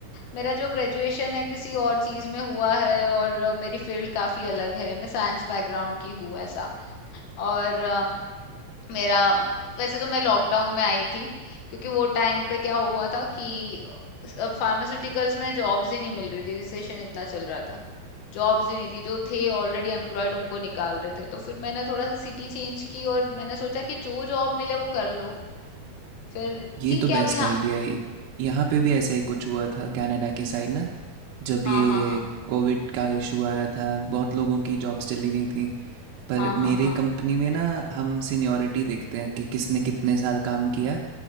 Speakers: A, on the left (about 80°); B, on the right (about 80°).
A: मेरा जो ग्रेजुएशन है किसी और चीज में हुआ है और अ, मेरी फील्ड काफी अलग है मैं साइंस बैकग्राउंड की हूँ ऐसा और अम, मेरा वैसे तो मैं लॉकडाउन में आई थी क्योंकि वो टाइम पे क्या हुआ था कि फार्मास्यूटिकल्स में जॉब्स ही नहीं मिल रही थी रिसेशन इतना चल रहा था जॉब्स ही नहीं थी जो थे ऑलरेडी एम्प्लॉयड उनको निकाल रहे थे तो फिर मैंने थोड़ा सा सिटी चेंज की और मैंने सोचा कि जो जॉब मिले वो कर लो फिर
B: ये
A: ठीक
B: तो बेस्ट
A: है अभी हाँ
B: आइडिया है यहाँ पे भी ऐसा ही कुछ हुआ था कनाडा की साइड ना जब
A: हाँ
B: ये
A: हाँ हाँ
B: कोविड का इशू आया था बहुत लोगों की जॉब्स चली गई थी पर
A: हाँ हाँ
B: मेरी
A: हाँ हाँ
B: कंपनी में ना हम सीनियॉरिटी देखते हैं कि किसने कितने साल काम किया